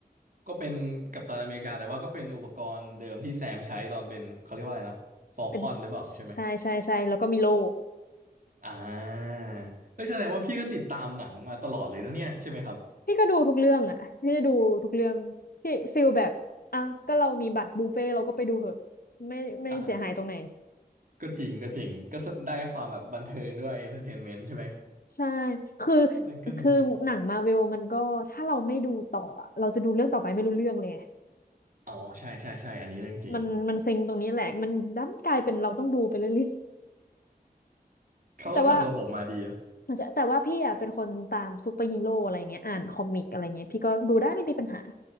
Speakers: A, on the right (about 55°); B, on the left (about 65°).
A: ก็เป็นกัปตันอเมริกาแต่ว่าก็เป็นอุปกรณ์เดิมที่แซมใช้ตอนเป็นเขาเรียกว่าอะไรนะฟอลคอนหรือเปล่าใช่ไหม
B: เป็นใช่ใช่ใช่แล้วก็มีโล่
A: อ่าเอ้ยแสดงว่าพี่ก็ติดตามหนังมาตลอดเลยนะเนี่ยใช่ไหมครับ
B: พี่ก็ดูทุกเรื่องอ่ะพี่ดูทุกเรื่องพี่ฟิลแบบอ่ะก็เรามีบัตรบุฟเฟ่ต์เราก็ไปดูเหอะไม่ไม่เสียหายตรงไหน
A: อ่าก็ก็จริงก็จริงก็ได้ความแบบบันเทิงด้วย entertainment ใช่ไหม
B: ใช่คือ
A: เอ้ยก็ดีเนี่ย
B: คือหนังมาเวลมันก็ถ้าเราไม่ดูต่ออะเราจะดูเรื่องต่อไปไม่รู้เรื่องเลย
A: อ๋อใช่ใช่ใช่อันนี้เรื่องจริง
B: มันมันซิงตรงนี้แหละมันดันกลายเป็นเราต้องดูไปเรื่อยๆ
A: เขาก็ทำระบบมาดีอะ
B: <laughs> แต่ว่ามันจะแต่ว่าพี่อ่ะเป็นคนตามซูเปอร์ฮีโร่อะไรเงี้ยอ่านคอมิกอะไรเงี้ยพี่ก็ดูได้ไม่มีปัญหา